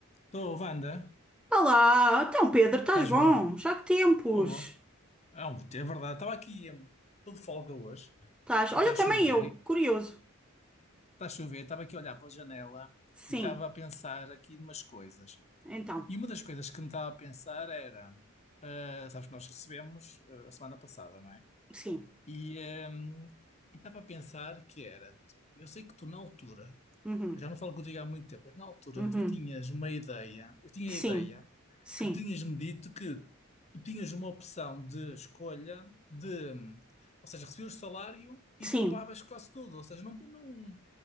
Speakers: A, on the left (about 35°); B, in the centre.
A: Estou, Wanda,
B: Olá, então Pedro, estás
A: estás
B: bom?
A: bom?
B: Já que tempos?
A: Estou bom. É, um- é verdade, estava aqui, hum, estou de folga hoje
B: Estás? Olha,
A: e está a chover,
B: também eu,
A: e
B: curioso.
A: está a chover, estava aqui a olhar pela janela
B: Sim,
A: e estava a pensar aqui em umas coisas.
B: então,
A: E uma das coisas que me estava a pensar era, ah, sabes que nós recebemos ah, a semana passada, não é?
B: sim,
A: E hum, e estava a pensar que era, eu sei que tu na altura
B: uhum,
A: já não falo contigo há muito tempo, mas na altura
B: uhum,
A: tu tinhas uma ideia, eu tinha
B: sim,
A: a ideia
B: sim,
A: que tinhas-me dito que tu tinhas uma opção de escolha de, ou seja, recebias o salário e
B: sim.
A: poupavas quase tudo, ou seja, não, não,